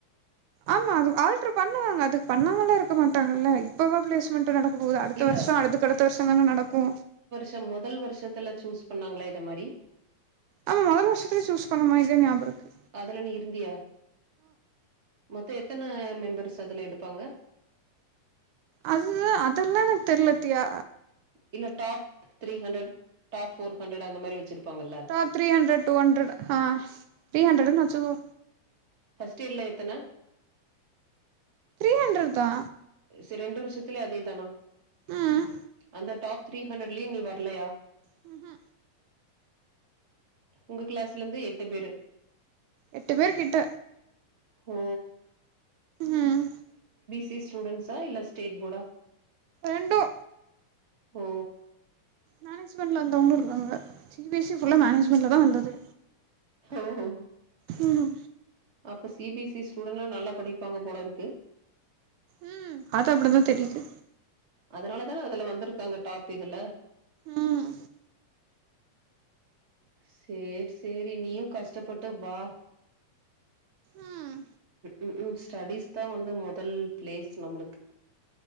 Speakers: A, on the right; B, on the right.
A: ஆமா அது ஆல்ட்ரு பண்ணுவாங்க அது பண்ணாமல்லா இருக்க மாட்டாங்கல்ல இப்பவா ப்ளேஸ்மண்ட்டு நடக் போது அடுத்த
B: இல்ல
A: வருஷ அடுதுக் அடுத்த வருஷ தான நடக்கு
B: த்த மொதல் வருஷத்துல சூஸ் பண்ணாங்களா இத மாரி
A: ஆ மொதல் வர்ஷத்துலே சூஸ் பண்ண மாரி தா ஞாபகருக்கு
B: அதுல நீ இருந்தியா மொத்த எத்தன மெம்பர்ஸ் அதுல எடுப்பாங்க
A: அதுதா அதல்லா எனக்கு தெர்ல தியா
B: இல்ல top three hundred top four hundred அந்த மாரி வச்சிருப்பாங்கல்ல
A: தீரீ ஹண்ரட் டூ ஹ்ண்ரட் ஹ தீரீ ஹண்ட்டுனுன் வச்சுக்கோ
B: ஃபஸ்ட் இயர்ல எத்தான
A: ஹென்ரு தா
B: சே ரெண்டு வர்ஷத்லே அதேதானா
A: ம்
B: இந்த டாப் தீரீ ஹண்டரட்லாயி நீ வர்லயா
A: ஹு ஹு
B: உங்க க்ளாஸ்லேந்து எட்டு பேரு
A: எட்டு பேர் கிட்ட
B: ஓ
A: ம்
B: தி ஸ்டூடண்ஸா இல்ல ஸ்டேட் ஃபோடா
A: ரெண்டு
B: ஓ
A: மேனேஜ்மன்ட்ல வந்தவ்ங்ளு இருக்காங்க எம்பிசி ஃபுல்லா மேனேஜ்மெண்ட்ல தா வந்தது
B: ஹோ ஹோ
A: ஹுஹு
B: அப்ப சிபிசி ஸ்டண்ட்லா நல்லா படிப்பாங்க போலருக்கு
A: ம் அப்டு தா தெரிது
B: அதனால தான அதுலா வந்துருக்காங்க டாப் இதுலா
A: ம்
B: சேர் சேரி நீயும் கஷ்ட்டப்பட்டு வா
A: ம்
B: ம்ம் ஸ்டடிஸ் தா வந்து மொதல் ப்ளேஸ் நம்ளுக்கு